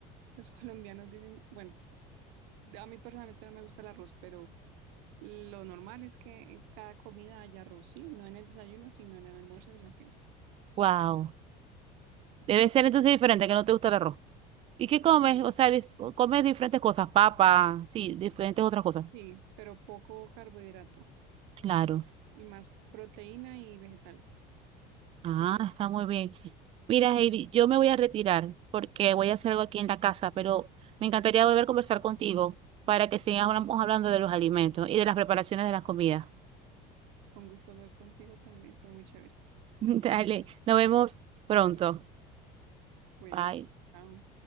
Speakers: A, on the right (about 75°); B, on the right (about 35°).
A: los <laughs> colombianos dicen, bueno, a mí personalmente no me gusta el arroz, pero lo normal es que en cada comida haya arroz, ¿sí? No en el desayuno, sino en el almuerzo y la cena.
B: Wow. Debe ser entonces diferente, que no te gusta el arroz. ¿Y qué
A: Sí,
B: comes?
A: no, no.
B: O sea, dif- comes diferentes cosas, papa, sí, diferentes otras cosas.
A: Sí, pero poco carbohidrato
B: Claro.
A: y y más proteína y vegetales.
B: Ah,
A: Y tú,
B: está muy bien. Mira, Heidi, yo me voy a retirar porque voy a hacer algo aquí en la casa, pero me encantaría volver a conversar contigo para que sigamos hablando de los alimentos y de las preparaciones de las comidas.
A: con gusto hablar contigo también, fue muy chévere.
B: <laughs> Dale, nos vemos pronto.
A: Bueno,
B: Bye.
A: chao.